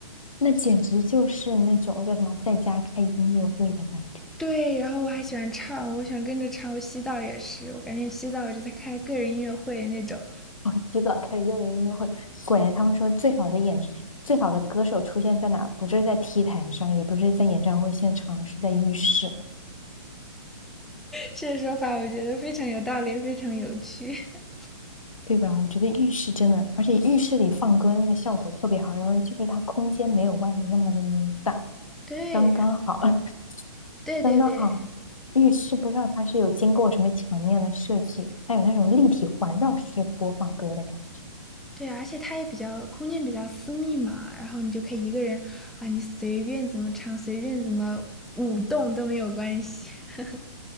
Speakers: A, on the left; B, in the centre.
A: 那简直就是那种叫什么在家开音乐会的感觉。
B: 对，然后我还喜欢唱，我喜欢跟着唱，我洗澡也是，我感觉洗澡我就在开个人音乐会那种。
A: 我极早开始个人音乐会，果然他们说最好的演最好的歌手出现在哪？不是在 T 台上，也不是在演唱会现场，是在浴室，
B: 这个说法我觉得非常有道理，非常有趣。<laughs>
A: 对吧？我觉得浴室真的，而且浴室里放歌的那个效果特别好，因为就是它空间没有外面那么那么大，
B: 对，
A: 刚刚好，<laughs>
B: 对对对
A: 刚刚好。浴室不知道它是有经过什么墙面的设计，它有那种立体环绕式播放歌的感觉。
B: 对，而且它也比较空间比较私密嘛，然后你就可以一个人，哇，你随便怎么唱，随便怎么舞动都没有关系。<laughs>